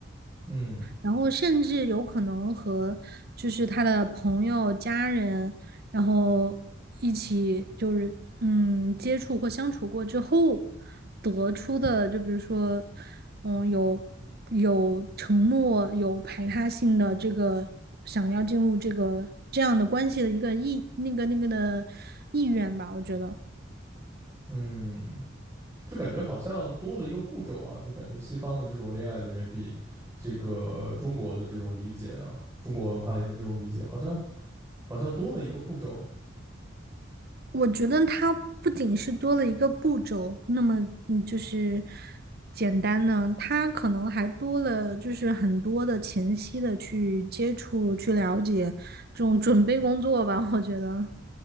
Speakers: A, on the right; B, on the right.
A: 嗯
B: 然后甚至有可能和就是他的朋友、家人，然后一起就是嗯接触或相处过之后得出的，就比如说嗯有有承诺、有排他性的这个想要进入这个这样的关系的一个意那个那个的意愿吧，我觉得。
A: 嗯，就感觉好像多了一个步骤啊，就感觉西方的这种恋爱里面比这个中国的这种理解啊，中国文化里的这种理解，好像好像多了一个步骤，
B: 我觉得它不仅是多了一个步骤，那么嗯，就是简单呢，它可能还多了就是很多的前期的去接触、去了解这种准备工作吧，我觉得。